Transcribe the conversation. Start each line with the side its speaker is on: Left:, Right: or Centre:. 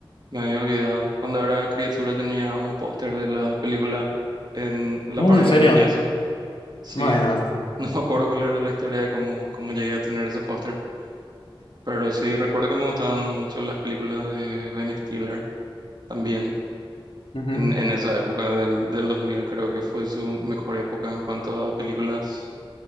Right: me había olvidado. Cuando era criatura tenía un póster de la película en la
Left: Uh,
Right: pared
Left: ¿en serio?
Right: de mi pieza. Sí,
Left: Madena.
Right: <laughs> no me acuerdo cuál era la historia de cómo, cómo llegué a tener ese póster. Pero sí, recuerdo que me gustaban mucho las películas de Ben Stiller también.
Left: Ujú.
Right: En, en esa época del, del 2000 creo que fue su mejor época en cuanto a películas.